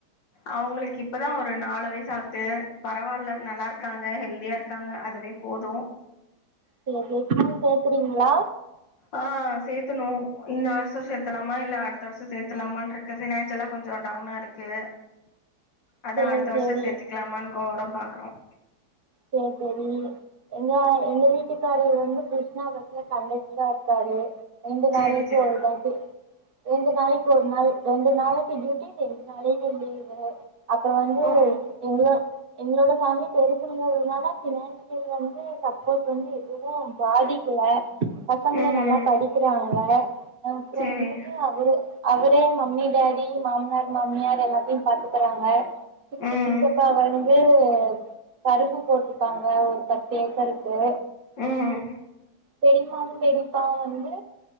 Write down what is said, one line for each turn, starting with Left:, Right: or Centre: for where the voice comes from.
Left: அவங்களுக்கு இப்பதா ஒரு நாலு வயசு ஆகுது பரவால்ல நல்லாருக்காங்க ஹெல்தியா இருக்காங்க அதுவே போதும்
Right: சேரி சேரி ஸ்கூல் சேக்குறீங்களா
Left: ஆ சேத்தணு இந்த வருஷோ சேத்தலாமா இல்ல அடுத்த வருஷோ சேத்தலாமான்னு இருக்கு ஃபினான்சியலா கொஞ்சோ டவுனா இருக்கு அதான்
Right: சேரி
Left: அடுத்த வருஷம்
Right: சேரி
Left: சேர்த்திக்கலாமான் <unintelligible> பாக்குறோம்
Right: சரி சரி எங்க எங்க வீட்டுக்கார வந்து கிருஷ்ணா <unintelligible> கண்டக்டரா இருக்காரு ரெண்டு நாளைக்கு
Left: சேரி சேரி
Right: ஒரு தாட்டி ரெண்டு நாளைக்கு ஒரு நாள் ரெண்டு நாளைக்கு டியூட்டி ரெண்டு நாளைக்கு லீவு் அப்புறம் வந்து
Left: ஓ
Right: எங்களும் எங்களோட பேமிலி பெருசு ங்கிறதுனால பினான்சியல் வந்து சப்போர்ட் வந்து எதுவும் பாதிக்ல பசங்களும்
Left: ம்
Right: நல்லா படிக்கிறாங்க அப்புறம்
Left: சேரி
Right: வந்துட்டு அவரு அவரே மம்மி டாடி மாமனார் மாமியார் எல்லாத்தையும் பாத்துக்கறாங்க சி த்தி
Left: ம்
Right: சித்தப்பா வந்து <unintelligible> கரும்பு போட்ருக்காங்க ஒரு பத்து ஏக்கருக்கு
Left: உஹம்
Right: பெரிமாவும் பெரிப்பாவும் வந்து